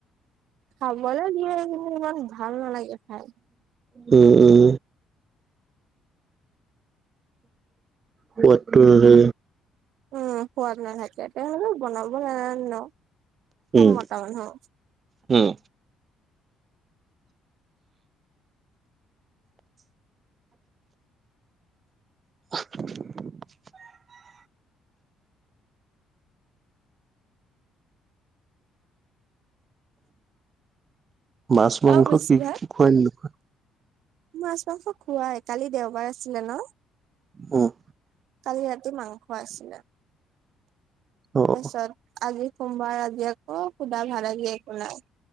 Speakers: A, on the right; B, on the right.
A: খাবলৈ দিয়ে, কিন্তু ইমান ভাল নালাগে খাই।
B: উম, উম। সোৱাদটো নাথাকে।
A: উম, সোৱাদ নাথাকে, ইহঁতে বনাব নাজানে নহ, চব
B: উম,
A: মতা মানুহ।
B: উম। <inaudible> মাছ মাংস
A: আৰু বেছিভাগ
B: কি, কি খুৱাই বোলো।
A: মাছ, মাংস খোৱাই, কালি দেওবাৰ আছিলে ন।
B: উম।
A: কালি ৰাতি মাংস আছিলে।
B: অ',
A: তাৰপিছত আজি সোমবাৰ, আজি অ, শুদা ভাত আজি একো নাই,